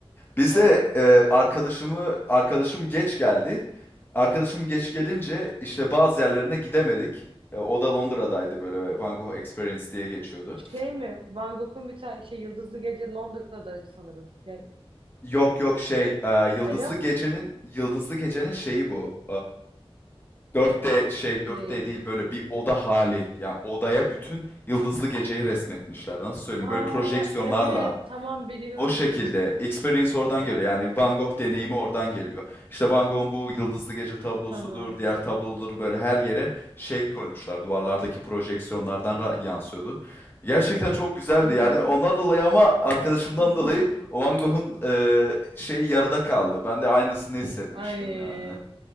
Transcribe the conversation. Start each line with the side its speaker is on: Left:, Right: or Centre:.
Left: Biz
Right: Evet.
Left: de eee, arkadaşımı arkadaşım geç geldi. Arkadaşım geç gelince işte bazı yerlerine gidemedik. E, o da Londra'daydı böyle Van Gogh Experience diye geçiyordu.
Right: Şey mi? Van Gogh'un bir tane şey Yıldızlı Gece Londra'da sanırım. Yani,
Left: Yok yok şey eee, Yıldızlı
Right: alo?
Left: Gece'nin Yıldızlı Gece'nin şeyi bu. Dört d şey
Right: Neyi?
Left: dört d değil böyle bir oda hali. Yani odaya bütün yıldızlı geceyi resmetmişler. Nasıl söyleyeyim?
Right: Ha
Left: Böyle projeksiyonlarla
Right: evet tamam biliyorum.
Left: o şekilde experience oradan
Right: Evet.
Left: geliyor. Yani Van Gogh deneyimi oradan geliyor. İşte Van Gogh'un bu yıldızlı gece tablosudur,
Right: Tamam.
Left: diğer tabloları böyle her yere şey koymuşlar. Duvarlardaki projeksiyonlardan ra- yansıyordu. Gerçekten çok güzeldi
Right: Hı hı.
Left: yani. Ondan dolayı ama arkadaşımdan
Right: <laughs>
Left: dolayı o Van Gogh'un eee, şey yarıda kaldı. Ben de aynısını hissetmiştim
Right: Ay
Left: yani.